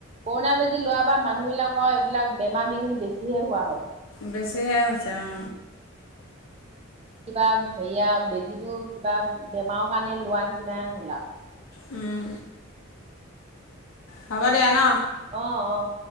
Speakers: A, on the right (about 30°); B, on the left (about 75°).
A: কৰোণা বেজি লোৱাৰ প মানুহ বিলাকৰ এইবিলাক বেমাৰ-বিঘিনি বেছি হে হোৱা হ'ল।
B: বেছি হে হৈছে অ।
A: কিবা হেৰিয়া বেজিটো কিবা বেমাৰৰ কাৰণে লোৱাৰ নিচিনাই হ'ল আৰু।
B: উম। হ'ব দিয়া ন।
A: আহ আহ।